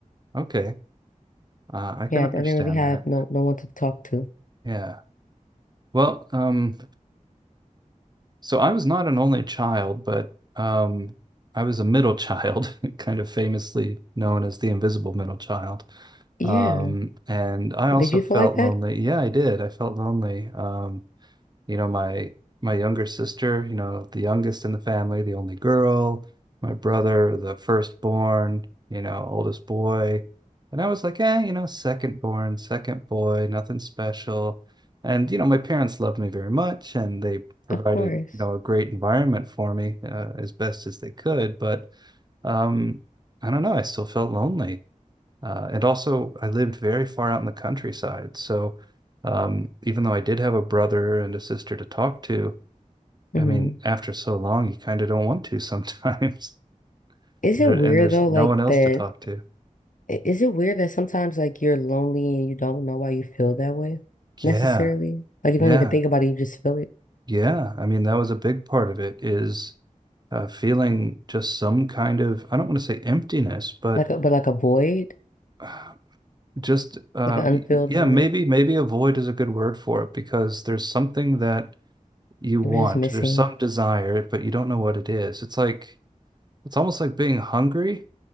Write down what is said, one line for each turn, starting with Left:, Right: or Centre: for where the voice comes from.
Right: Okay. Uh, I
Left: Yeah,
Right: can
Left: I
Right: understand
Left: didn't really have
Right: that.
Left: no no one to talk to.
Right: Yeah. Well, um, So I was not an only child, but um, I was a middle child, <laughs> kind of famously known as the invisible middle child.
Left: Yeah.
Right: Um, and I also
Left: Did you
Right: felt
Left: feel like that?
Right: lonely. Yeah, I did. I felt lonely. Um, you know, my my younger sister, you know, the youngest in the family, the only girl, my brother, the firstborn, you know, oldest boy. And I was like, eh, you know, second born, second boy, nothing special. And, you know, my parents loved me very much and they provided,
Left: Of course.
Right: you know, a great environment for me uh, as best as they could. But um, I don't know, I still felt lonely. Uh, and also, I lived very far out in the countryside. So, um, even though I did have a brother and a sister to talk to,
Left: hmm
Right: I mean, after so long, you kind of don't want to sometimes. <laughs>
Left: Is
Right: And,
Left: it
Right: there, and
Left: weird
Right: there's
Left: though,
Right: no
Left: like
Right: one else
Left: that
Right: to talk to.
Left: I- Is it weird that sometimes like you're lonely and you don't know why you feel that way
Right: Yeah,
Left: necessarily? Like you
Right: yeah,
Left: don't even think about it, you just feel it.
Right: yeah. I mean, that was a big part of it is uh, feeling just some kind of, I don't want to say emptiness, but
Left: Like a, but like a void,
Right: <sighs> uh, just, uh,
Left: like an unfilled
Right: y- yeah,
Left: void.
Right: maybe, maybe a void is a good word for it because there's something that you want.
Left: You were just missing.
Right: There's some desire, but you don't know what it is. It's like it's almost like being hungry,